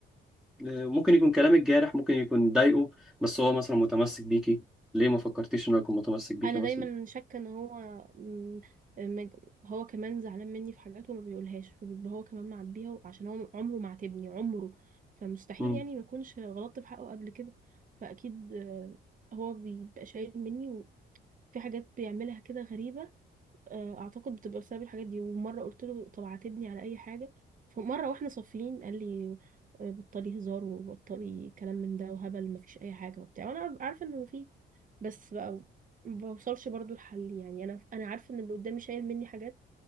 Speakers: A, in the centre; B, on the right.
A: آه، ممكن يكون كلامك جارح ممكن يكون ضايقه بس هو مثلا متمسك بيكي ليه ما فكرتيش انه يكون متمسك بيكي
B: انا
A: مثلا
B: دايما شاكه ان هو م- م- هو كمان زعلان مني في حاجات وما بيقولهاش وبيبقى هو كمان معبيها عشان هو عمره ما عاتبني عمره فمستحيل
A: مم.
B: يعني ما اكونش غلطت في حقه قبل كده فاكيد آه، هو بيبقى شايل مني وفي حاجات بيعملها كده غريبه آه، اعتقد بتبقى بسبب الحاجات دي ومره قلت له طب عاتبني على اي حاجه فمره واحنا صافيين قال لي آه، بطلي هزار وبطلي كلام من ده وهبل مفيش اي حاجه وبتاع وانا عارفه انه فيه بس بقى ما بوصلش برضو لحل يعني انا انا عارفه ان اللي قدامي شايل مني حاجات